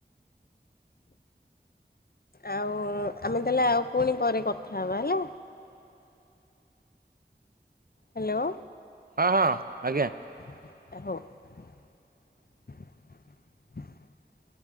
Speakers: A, on the right; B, on the left.
A: ଆ <unintelligible>
B: ଆଉ ଆମେ ତାହାଲେ ଆଉ ପୁଣି ପରେ କଥା ହେବା ହେଲା।
A: ଆ <unintelligible>
B: ହ୍ୟାଲୋ।
A: ହଁ ହଁ ଆଜ୍ଞା।
B: <inaudible>